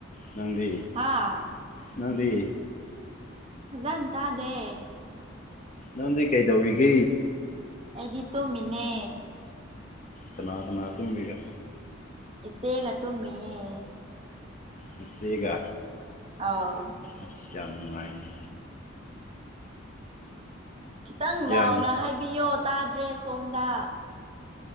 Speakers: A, on the left (about 35°); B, on the right (about 30°).
A: ꯅꯪꯗꯤ
B: ꯍꯥꯥ
A: ꯅꯪꯗꯤ
B: ꯐꯖꯟ ꯇꯗꯦ
A: ꯅꯪꯗꯤ ꯀꯩꯗꯧꯔꯤꯒꯦ
B: ꯑꯩꯗꯤ ꯇꯣꯝꯃꯤꯅꯦ
A: ꯀꯅꯥ ꯀꯅꯥ ꯇꯨꯝꯃꯤꯔ
B: ꯏꯆꯦꯒ ꯇꯨꯝ ꯃꯤꯌꯦ
A: ꯅꯆꯦꯒ
B: ꯑꯧ
A: ꯑꯁ ꯌꯥꯝ ꯅꯨꯡꯉꯥꯏꯌꯦ
B: ꯈꯤꯇꯪ ꯂꯥꯎꯅ
A: ꯌꯥꯝ
B: ꯍꯥꯏꯕꯤꯌꯣ ꯇꯥꯗ꯭ꯔꯦ ꯁꯣꯝꯗ